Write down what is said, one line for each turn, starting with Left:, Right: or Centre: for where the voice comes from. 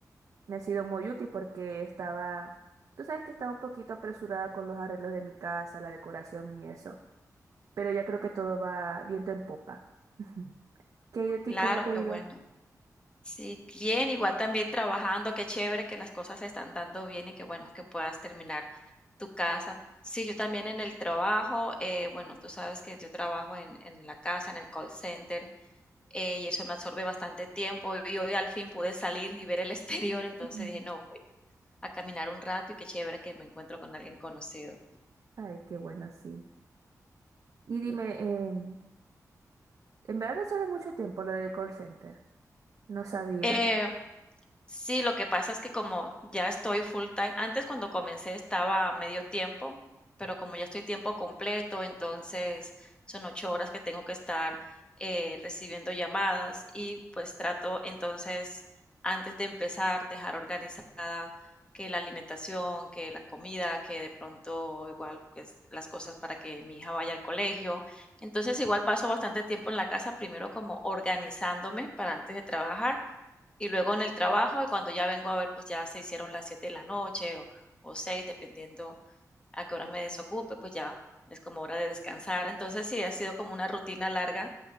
Right: Me ha sido muy útil porque estaba, tú sabes que estaba un poquito apresurada con los arreglos de mi casa, la decoración y eso. Pero ya creo que todo va viento en popa. <laughs> ¿Qué hay de ti?
Left: Claro,
Right: ¿Cómo te
Left: qué
Right: ha ido?
Left: bueno. Sí, bien, igual también trabajando, qué chévere que las cosas se están dando bien y que bueno, que puedas terminar tu casa. Sí, yo también en el trabajo, eh, bueno, tú sabes que yo trabajo en, en la casa, en el call center, eh, y eso me absorbe bastante tiempo y hoy al fin pude salir y ver el <laughs> exterior, entonces
Right: Mm.
Left: dije, no, voy a caminar un rato y qué chévere que me encuentro con alguien conocido.
Right: Ay, qué bueno, sí. Y dime, em, en verdad no sabe mucho tiempo lo del call center. No sabía.
Left: Eh, Sí, lo que pasa es que como ya estoy full time, antes cuando comencé estaba a medio tiempo, pero como ya estoy tiempo completo, entonces son ocho horas que tengo que estar eh, recibiendo llamadas y pues trato entonces antes de empezar dejar organizada que la alimentación, que la comida, que de pronto igual pues, las cosas para que mi hija vaya al colegio. Entonces igual paso bastante tiempo en la casa, primero como organizándome para antes de trabajar y luego en el trabajo, y cuando ya vengo a ver, pues ya se hicieron las 7 de la noche o, o 6, dependiendo a qué hora me desocupe, pues ya es como hora de descansar. Entonces sí, ha sido como una rutina larga